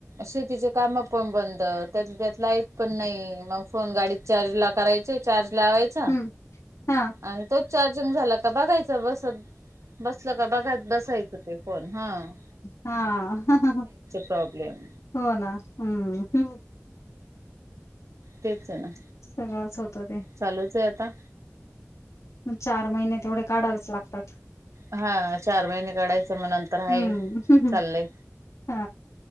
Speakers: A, on the right; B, on the left.
A: शेतीचे कामं पण बंद, त्यात त्यात लाईट पण नाही, मग फोन गाडीत चार्ज ला करायचे, चार्ज लावाय चा,
B: हम्म हा
A: आणि तो चार्जिंग झाला का बघायचा बसत. बसलं का बघत बसायचं ते फोन, हां.
B: हां,
A: प्रॉब्लेम
B: हो ना, हम्म.
A: तेचय ना.
B: सगळंच होतं ते.
A: चालूच आहे आता.
B: मग चार महिने तेवढे काढावेच लागतात.
A: हा चार महिने काढायचं, मग नंतर हाय
B: हम्म.
A: चाललंय
B: हा